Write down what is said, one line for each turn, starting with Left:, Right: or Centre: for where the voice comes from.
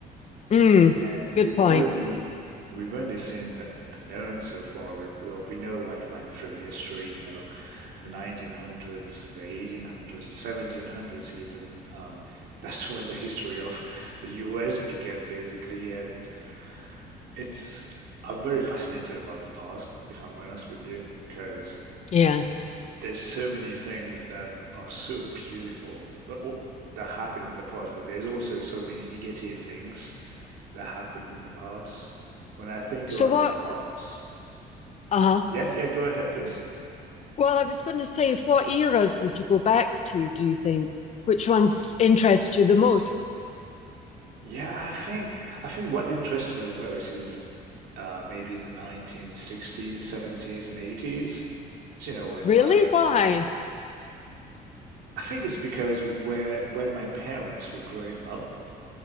Left: Mm,
Right: and we've
Left: good point.
Right: only
Left: <laughs>
Right: we've only seen the, the known so far. We we, we know what went through history, you know, the 1900s, the 1800s, the 1700s even. Um, <laughs> that's when the history of the US began basically, and It's I'm very fascinated about the past, if I'm honest with you, because
Left: Yeah.
Right: there's so many things that are so beautiful, but all, that happened in the past. But there's also so many negative things that happened in the past. When I think
Left: So
Right: about
Left: what,
Right: the past,
Left: uh-huh.
Right: yeah, yeah, go ahead, please.
Left: Well, I was going to say, what eras would you go back to, do you think? Which ones interest you the most?
Right: Yeah, I think I think what interests me the most is uh, maybe the 1960s, 70s, and 80s. So, you know, when
Left: Really?
Right: my
Left: Why?
Right: I think it's because where when my parents were growing up,